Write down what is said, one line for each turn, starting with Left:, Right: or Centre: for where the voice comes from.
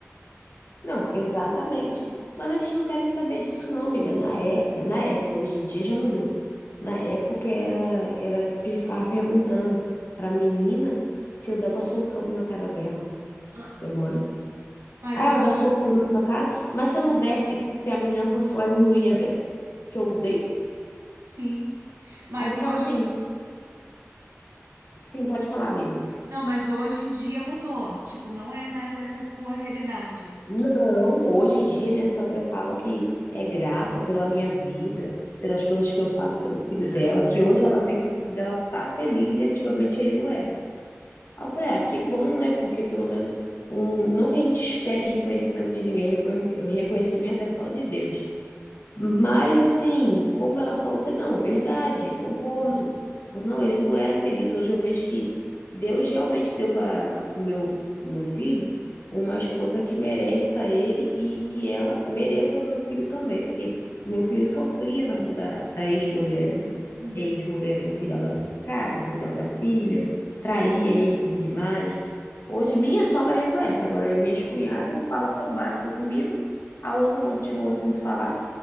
Left: Não, exatamente. Mas eles não querem saber disso, não, amiga. Na época, na época, hoje em dia já mudou. Na época era, era pe- ficava perguntando pra menina se eu dava socão na cara dela.
Right: Ah,
Left: É mole?
Right: Mas
Left: Ah, ela
Right: hoje,
Left: dá socão na sua cara, mas se eu não desse, se a menina fosse lá, não ia ver que eu dei.
Right: sim. Mas
Left: Aí ficava
Right: hoje,
Left: assim, sim, pode falar, amiga.
Right: não, mas hoje em dia mudou. Tipo, não é mais essa tua realidade.
Left: Não, hoje em dia minha sogra fala que é grata pela minha vida, pelas coisas que eu faço pelo filho dela, que hoje ela vê que o filho dela tá feliz e antigamente ele não era. Aí eu falei, ah, que bom, né? Porque pelo menos, um, não que a gente espere reconhecimento de ninguém, reconhe- reconhecimento é só de Deus. Mas assim, como ela falou, eu falei, não, verdade, concordo. Ela falou, não, ele não era feliz. Hoje eu vejo que Deus realmente deu para o meu, pro meu filho uma esposa que mereça ele e que ela mereça o meu filho também, porque o meu filho sofria na mão da, da ex-mulher, né?
Right: Uhum.
Left: Ex-mulher não cuidava da casa, não cuidava da filha, traía ele por demais. Hoje minha sogra reconhece, agora minha cunhada fala só o básico comigo, a outra continua sem falar